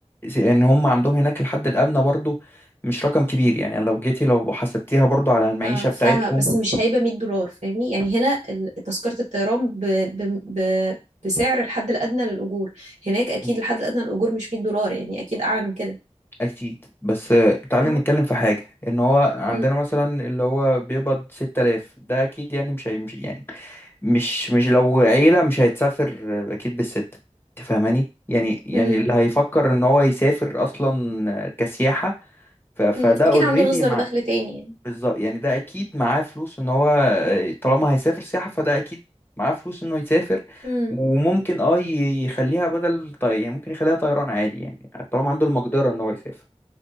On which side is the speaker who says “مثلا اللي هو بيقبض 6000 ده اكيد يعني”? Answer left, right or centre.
Left